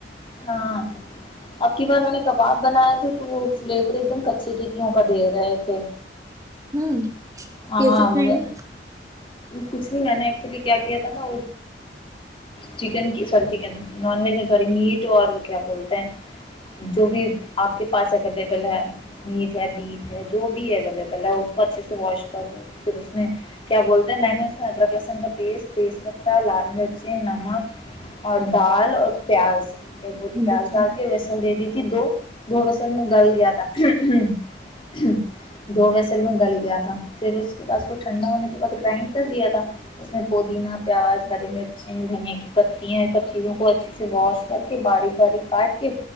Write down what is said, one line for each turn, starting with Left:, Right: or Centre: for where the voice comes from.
Left: ہاں اب کی بار میں نے کباب بناائے تھے تو وہ فلیور ایک دم کچے ٹکیوں کا دے رہے تھے
Right: ہوں
Left: ہاں
Right: کیسے بنائے
Left: ہوئے
Right: گے
Left: کچھ نہیں میں نے ایکچولی کیا کیا تھا نا چکن کی سوری چکن نان ویج میں سوری میٹ اور وہ کیا بولتے ہیں جو بھی آپ کے پاس اویلیبل ہے میٹ ہے بیف ہے جو بھی اویلیبل ہے اس کو اچھے سے واش کر لو پھر اس میں کیا بولتے ہیں میں نے اس میں ادرک لہسن کا پیس تیز پتہ لال مرچی نمک اور دال اور پیاز ایک روٹی
Right: ہاں
Left: پیاز ڈال کے ویسل دے دی تھی دو دو ویسل میں گل گیا تھا <inaudible> دو ویصل میں گل گیا تھا پھر اس کے بعد اس کو ٹھنڈا ہونے کے بعد گرائنڈ کر دیا تھا اس میں پودینہ پیاز ہری مرچیں دھنیا کی پتیاں سب چیزوں کو اچھے سے واش کر کے باریک باریک کاٹ کے